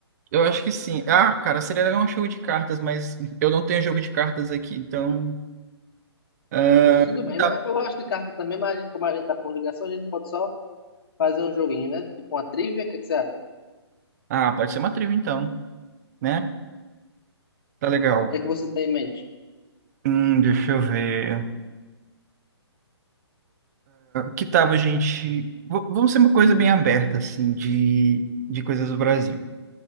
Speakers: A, on the right; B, on the left.
A: Eu acho que sim. Ah, cara, seria legal um jogo de cartas, mas eu não tenho jogo de cartas aqui, então. ah,
B: Pô, Tudo bem,
A: tá.
B: mas eu gosto de carta também, mas a gente, como a gente tá por ligação, a gente pode só fazer um joguinho, né? Tipo uma trivia, o que é que você acha?
A: Ah, pode ser uma trilha então, né? Tá legal.
B: O que é que você tem em mente?
A: Hum, deixa eu ver. Que tal a gente. v- Vamos ser uma coisa bem aberta, assim, de, de coisas do Brasil.